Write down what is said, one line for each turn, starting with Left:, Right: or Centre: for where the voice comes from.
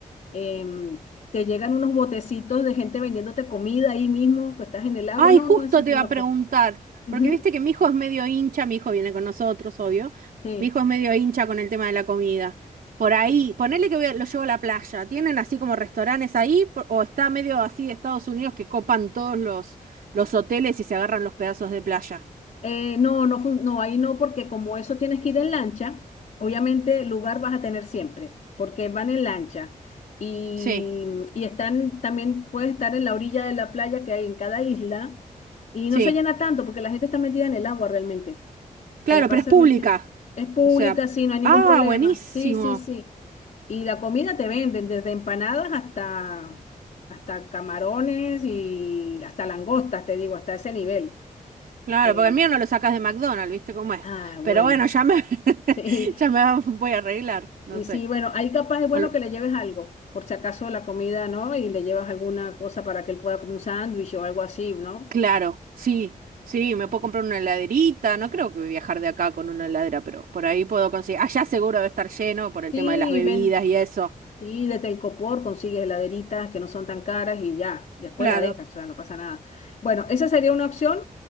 Left: em, te llegan unos botecitos de gente vendiéndote comida ahí mismo, que estás en el agua.
Right: Ay,
Left: No,
Right: justo
Left: no, es súper
Right: te iba
Left: loco.
Right: a preguntar.
Left: Ujú,
Right: Porque viste que mi hijo es medio hincha. Mi hijo viene con nosotros, obvio.
Left: sí.
Right: Mi hijo es medio hincha con el tema de la comida. Por ahí, ponele que voy a- lo llevo a la playa. ¿Tienen así como restaurantes ahí? Por- ¿O está medio así Estados Unidos que copan todos los, los hoteles y se agarran los pedazos de playa?
Left: Eh, no, no, fun- no, ahí no, porque como eso tienes que ir en lancha, obviamente lugar vas a tener siempre, porque van en lancha y,
Right: Sí,
Left: y están, también puedes estar en la orilla de la playa que hay en cada isla y
Right: sí.
Left: no se llena tanto porque la gente está metida en el agua realmente.
Right: Claro,
Left: Se la pasa
Right: pero es pública.
Left: metida. Es pública,
Right: O sea,
Left: sí, no hay ningún
Right: ah,
Left: problema.
Right: buenísimo.
Left: Sí, sí, sí. Y la comida te venden desde empanadas hasta, hasta camarones y hasta langostas, te digo, hasta ese nivel.
Right: Claro,
Left: Em,
Right: porque el mío no lo sacas de McDonald's, ¿viste cómo es?
Left: Ah, bueno,
Right: Pero bueno, ya me,
Left: <laughs>
Right: <laughs>
Left: sí,
Right: ya me voy a arreglar, no
Left: y
Right: sé.
Left: sí, bueno, ahí capaz es bueno
Right: O lo-
Left: que le lleves algo, por si acaso la comida, ¿no? Y le llevas alguna cosa para que él pueda como un sándwich o algo así, ¿no?
Right: Claro, sí, sí, me
Left: Ujú.
Right: puedo comprar una heladerita, no creo que voy a viajar de acá con una heladera, pero por ahí puedo conseguir. Allá seguro debe estar lleno por el
Left: Sí,
Right: tema de las bebidas
Left: ven,
Right: y eso.
Left: y de Telcopor consigues heladeritas que no son tan caras y ya, después
Right: Claro.
Left: la dejas, o sea, no pasa nada. Bueno, esa sería una opción